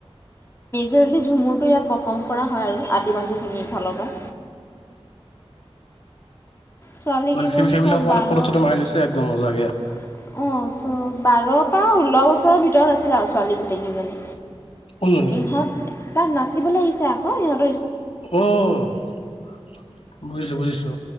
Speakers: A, on the left; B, on the left.
A: জিৰলি ঝুমুৰটো ইয়াত পাৰফৰ্ম কৰা হয় আৰু আদিবাসীখিনিৰ ফালৰ পৰা। ছোৱালী কেইজনী
B: সেই সেইবিলাক
A: চব
B: মানে
A: বাৰ
B: ফটো
A: অহ
B: চটো মাৰি লৈছে একদম মজাকে
A: ', চ বাৰ পৰা ষোল্ল বছৰৰ ভিতৰত আছিলে আৰু ছোৱালী গোটেইকেইজনী।
B: কোনজনী
A: ইহঁত তাত নাচিবলৈ আহিছে আকৌ ইহত।
B: অহ ', বুজিছো - বুজিছো।